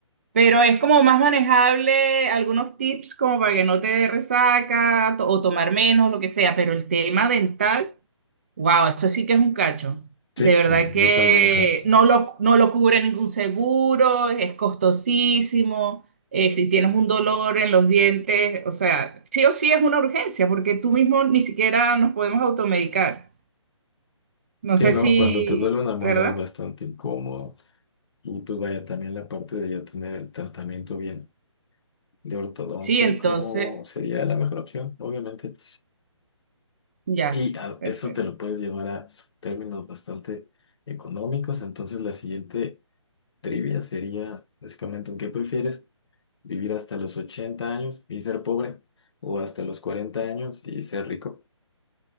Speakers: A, on the right (about 25°); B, on the left (about 60°).
A: Pero es como más manejable algunos tips como para que no te dé resaca to- o tomar menos, lo que sea, pero el tema dental. Wow, eso sí que es un cacho.
B: Sí,
A: De verdad
B: y
A: que
B: yo también lo creo.
A: no lo, no lo cubre ningún seguro, es costosísimo. eh, si tienes un dolor en los dientes, o sea, sí o sí es una urgencia, porque tú mismo ni siquiera nos podemos automedicar. No
B: Sí,
A: sé
B: no,
A: si,
B: cuando te duele una muela
A: ¿verdad?
B: es bastante incómodo. Y pues vaya también la parte de ya tener el tratamiento bien de ortodoncia
A: Sí, entonces,
B: como sería la mejor opción, obviamente.
A: ya,
B: Y a-
A: perfecto.
B: eso te lo puedes llevar a términos bastante económicos. Entonces la siguiente Trivia sería básicamente, ¿en ¿qué prefieres? ¿Vivir hasta los 80 años y ser pobre? ¿O hasta los 40 años y ser rico?